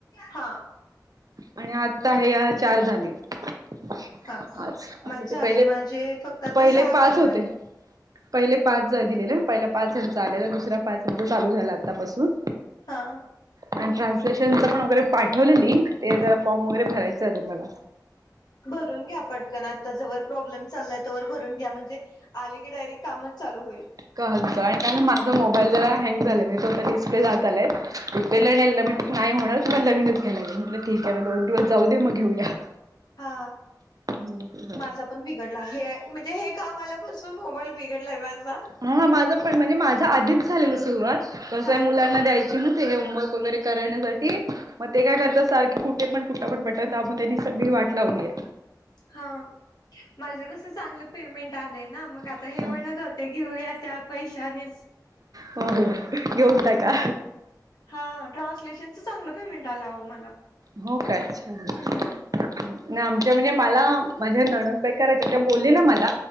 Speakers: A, on the left (about 65°); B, on the right (about 55°).
A: हा
B: आणि आत्ता हे अ चार झाले. आज
A: हा का
B: असं
A: माझे
B: तर
A: झाले
B: पहिले
A: माझे फक्त आता
B: पहिले
A: सहा
B: पाच
A: कॉल
B: होते.
A: राहिले
B: पहिले पाच दिलेलं पहिला पाच ह्यांचा आलेला दुसरा पाच चालू झाला आत्तापासून.
A: हा.
B: आणि ट्रान्सलेशनच पण वगैरे पाठवले लिंक, ते जरा फॉर्म वगैरे भरायचं अजून मला.
A: भरून घ्या पटकन, आता जवर प्रॉब्लेम चाललाय तवर भरून घ्या म्हणजे आले की डायरेक्ट कामच चालू होईल.
B: <unintelligible> काय काय नाही माझा मोबाईल जरा हँग झालाय. म्हणजे तो आता डिस्प्ले जात आलाय. रिपेला नेलं म्हटलं नाही <unintelligible> मग नवीनच घ्याय लागेल, म्हटलं ठीक आहे ना, दोन दिवस जाऊ दे मग घेऊया.
A: हा.
B: <unintelligible>
A: माझा पण बिघडला आहे. म्हणजे हे काम आल्यापासून मोबाईल बिघडलाय माझा.
B: हा हा माझंपण म्हणजे माझा आधीच झालेलं सुरुवात. कसंय
A: हा ना
B: मुलांना द्यायची ना. ते होमवर्क वगैरे करण्यासाठी. मग ते काय करतात, सारखी कुठेपण कुठलपण बटन दाबून त्यांनी सगळी वाट लावल्या.
A: हा माझ कसं चांगलं पेमेंट आलय ना. मग आता
B: आहे.
A: हे म्हणत होते, घेऊया त्या पैशानेच.
B: हो हो, घेऊन टाका.
A: हा ट्रान्सलेशनचं चांगलं पेमेंट आलंं आओ मला.
B: हो काय, छान.
A: हम्म
B: नाही आमच्या म्हणजे मला माझ्या ननंद बाई करायच्या, त्या बोललेल्या मला